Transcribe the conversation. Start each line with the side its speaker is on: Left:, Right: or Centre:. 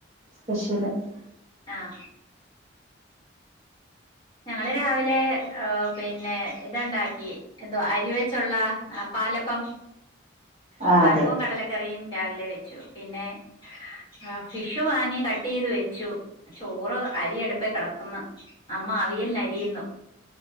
Right: <unintelligible>
Left: ആഹ്. ഞങ്ങള് രാവിലെ ഓഹ് പിന്നെ ഇതാണ്ടാക്കി എന്തോ അരിവെച്ചൊള്ള ആഹ് പാലപ്പം.
Right: ആഹ്
Left: പാലപ്പൊം
Right: അതെ
Left: കടല കറിയും രാവിലെ വെച്ചു. പിന്നെ ആഹ് ഫിഷ് വാങ്ങി കട്ടെയ്ത് വെച്ചു. ചോറ് അരിയട്പ്പേ കെടക്ക്ന്ന്. മ്മ അവിയൽന് അരിയുന്നു.